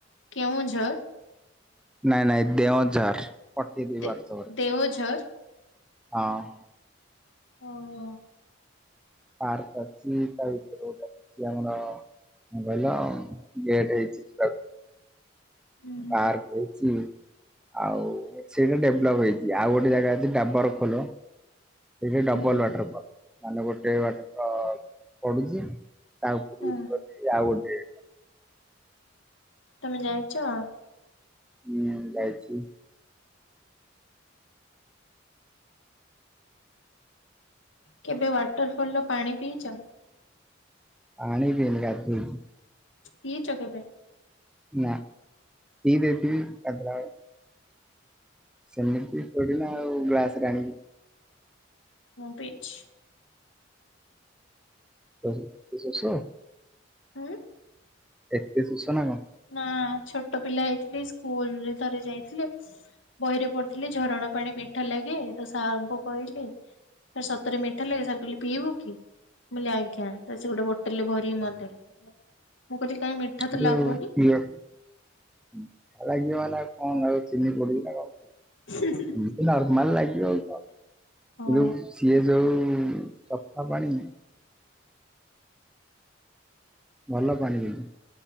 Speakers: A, on the left; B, in the centre.
A: କେଉଁଝର?
B: ନାଇଁ ନାଇଁ ଦେଉଝର ପଠେଇ ଦେବି
A: ଦେ
B: ୱାଟତ୍ସପ୍ ରେ।
A: ଦେଓଝର?
B: ହଁ।
A: ଓହୋ
B: ପାର୍କ ଅଛି ତା ଭିତରେ <unintelligible> ଆମର ହଁ ଭଲ ଗେଟ୍ ହେଇଛି ଯିବାକୁ।
A: ହୁଁ
B: ପାର୍କ ହେଇଚି। ଆଉ ସେଇଟା ଡେଭଲପ ହେଇଛି ଆଉ ଗୋଟେ ଜାଗା ଅଛି ଡାବରଖୋଲ। ସେଇଠି ଡବଲ
A: ହୁଁ
B: ୱାଟରଫଲ। ମାନେ ଗୋଟେ ବାଟ ପଡୁଚି ତା ଉପରୁକୁ
A: ହୁଁ
B: <unintelligible> ଆଉ ଗୋଟେ
A: ତମେ ଯାଇଚ
B: ନିଆଁ ଯାଇଚି।
A: କେବେ ୱାଟରଫଲ ର ପାଣି ପିଇଚ?
B: ପାଣି ପିଇନି ଗାଧେଇଚି।
A: ପିଇଚ କେବେ?
B: ନାଁ ପିଇ ଦେଇଥିବି ଗାଧେଇଲା ବେଳେ। ସେମିତି ଥୋଡିନା ଆଉ ଗ୍ଲାସରେ ଆଣିକି
A: ମୁଁ ପିଇଛି।
B: <unintelligible>
A: ହୁଁ।
B: ଏତେ ଶୁସନା କଣ?
A: ନା ଛୋଟ ପିଲା ହେଇଥିଲି ସ୍କୁଲ ରେ ଥରେ ଯାଇଥିଲେ ବହିରେ ପଢିଥିଲି ଝରଣା ପାଣି ମିଠା ଲାଗେ ତ ସାରଙ୍କୁ କହିଲି ସାରେ ସତରେ ମିଠା ଲାଗେ ସାର୍ କହିଲେ ପିଇବୁ କି? ମୁଁ କହିଲି ଆଜ୍ଞା ତା ପରେ ସେ ଗୋଟେ ବୋଟଲରେ ଭରିିକି ମତେଦେଲେ ମୁଁ କହିଲି କାଇଁ ମିଠା
B: <unintelligible>
A: ତ ଲାଗୁନି <unintelligible>
B: ଏମିତି ନର୍ମାଲ ଲାଇଫି ଆଉ କଣ ଏ
A: ହଁ
B: ଯୋଉ ସିଏ ଯୋଉ ସଫା ପାଣି ଭଲ ପାଣି ହେଇଚି